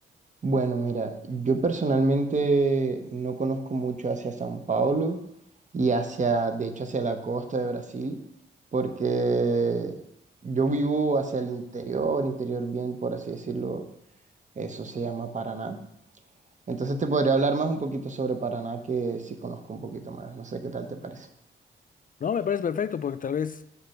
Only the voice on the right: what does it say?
Bueno, mira, yo personalmente no conozco mucho hacia São Paulo y hacia, de hecho, hacia la costa de Brasil, porque yo vivo hacia el interior, interior bien, por así decirlo, eso se llama Paraná. Entonces te podría hablar más un poquito sobre Paraná que sí conozco un poquito más, no sé qué tal te parece.